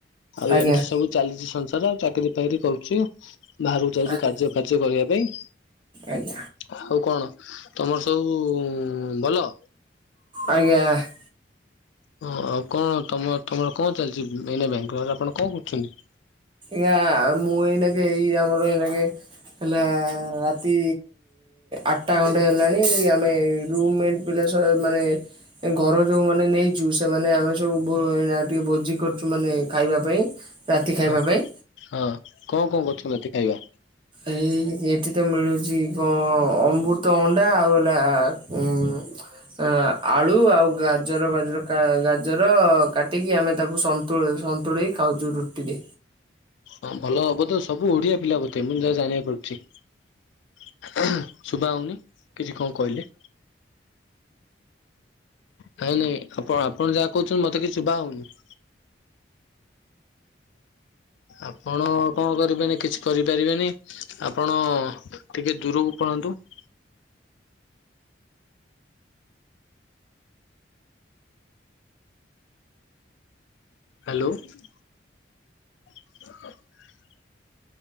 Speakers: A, on the left; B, on the right.
A: ଆଉ
B: ଆଜ୍ଞା
A: ଏମିତି ସବୁ ଚାଲିଛି ସଂସାର ଆଉ ଚାକିରି ଫକିରି କରୁଚି ବାହାରକୁ ଯାଉଚି
B: ଆଜ୍ଞା
A: କାର୍ଯ୍ୟ ଫାର୍ଯ୍ୟ କରିବା ପାଇଁ
B: ଆଜ୍ଞା ।
A: ଆଉ କଣ ତମର ସବୁ ଭଲ?
B: ଆଜ୍ଞା ।
A: ହଁ ଆଉ କଣ ତମ ତମର କଣ ଚାଲିଚି ଏଇନା ବାଙ୍ଗାଲୋର ରେ ଆପଣ କଣ କରୁଚନ୍ତି?
B: ନା ମୁଁ ଏଇ ନେକି ଏଇ ଆମର ଏଇ ନେକି ହେଲା ରାତି ଆଠଟା ଘଣ୍ଟେ ହେଲାଣି ଆମେ ରୁମ୍ ମେଟ ପିଲା ସହ ମାନେ ଏ ଘର ଯୋଉ ମାନେ ନେଇଚୁ ସେମାନେ ଆମେ ସବୁ ଟିକେ ଭୋଜି କରୁଚୁ ମାନେ ଖାଇବା ପାଇଁ ରାତି ଖାଇବା
A: ହଁ
B: ପାଇଁ ହୁଁ
A: ହଁ କଣ କଣ କରୁଛନ୍ତି ରାତି ଖାଇବା
B: ଏଇ ଟି ତ ମିଳୁଚି କଣ ଅମୃତ ଭଣ୍ଡା ଆଉ ହେଲା ଉ ଅ ଆଳୁ ଆଉ ଗାଜର ବାଜର ଗାଜର କାଟିକି ଆମେ ତାକୁ ସନ୍ତୁଳା ସନ୍ତୁଳେଇ ଖାଉଚୁ ରୁଟିରେ
A: ହଁ ଭଲ ହବ ତ ସବୁ ଓଡ଼ିଆ ପିଲା ବୋଧେ ମୁଁ ଯହା ଜାଣିବାକୁ ପାଉଚି। ଶୁଭାଯାଉନି କିଛି କଣ କହିଲେ? ନାଇଁ ନାଇଁ ଆପଣ ଆପଣ ଯାହା କହୁଚନ୍ତି ମତେ କିଛି ଶୁଭା ଯାଉନି । ଆପଣ କଣ କରିବେନି କିଛି କରିପାରିବେନି ଆପଣ ଟିକେ ଦୂରକୁ ପଳାନ୍ତୁ ।
B: <inaudible>
A: ହାଲୋ । <inaudible>